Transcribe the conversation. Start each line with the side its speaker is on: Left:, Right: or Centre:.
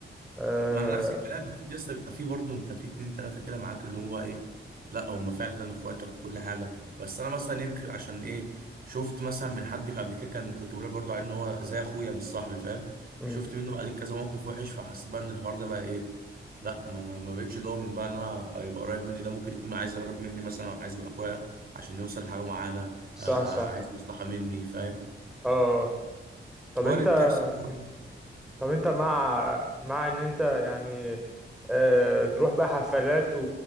Centre: آه...
Right: ما انا نفس الكلام اكيد يا اسطى بيبقى فيه برضه انت في اتنين تلاته كده معاك اللي هو ايه لا هم فعلا اخواتك وكل حاجه بس انا مثلا يمكن عشان ايه شفت مثلا من حد قبل كده كان كنت بقول برضه عليه ان هو زي اخويا مش صاحبي فاهم
Centre: مم.
Right: شفت منه بعدين كذا موقف وحش فحسيت بقى ان الحوار ده بقى ايه لا ما انا ما بقتش ضامن بقى ان انا ابقى يبقى قريب مني ده ممكن يكون عايز يقرب مني مثلا أو عايز يبقى اخويا عشان يوصل لحاجه معينه
Centre: صح
Right: آه
Centre: صح
Right: عايز مصلحه مني فاهم
Centre: اه طب
Right: وارد
Centre: انت
Right: تحصل برضه
Centre: مم. طب انت مع مع ان انت يعني آه تروح بقى حفلات و...